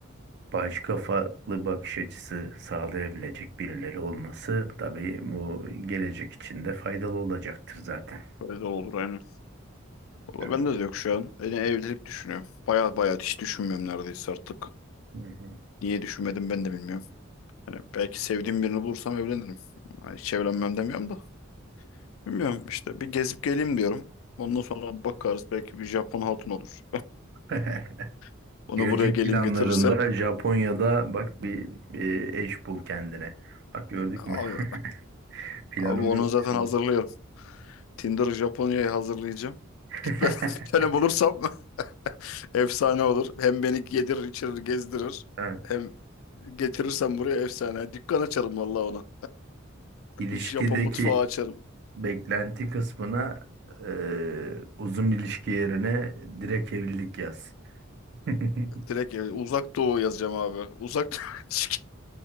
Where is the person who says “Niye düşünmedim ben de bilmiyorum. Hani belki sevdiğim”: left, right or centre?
Left